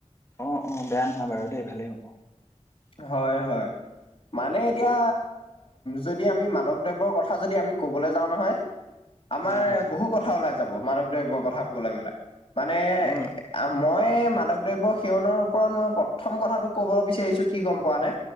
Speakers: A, on the left (about 20°); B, on the left (about 45°).
A: অ অ বেয়া নহয় বাৰু দেই ভালেই হ'ব
B: হয় হয় মানে এতিয়া যদি আমি মাদক দ্ৰব্যৰ কথা যদি আমি ক'বলৈ যাওঁ নহয় আমাৰ
A: হয় হয়
B: বহুত বহুত কথা ওলাই যাব মাদক দ্ৰব্যৰ কথা কবলৈ গললে মানে
A: উম
B: আ মই মাদক দ্ৰব্য সেৱনৰ ওপৰত মই প্ৰথম কথাটো ক'ব বিচাৰিছো কি গম পোৱা নে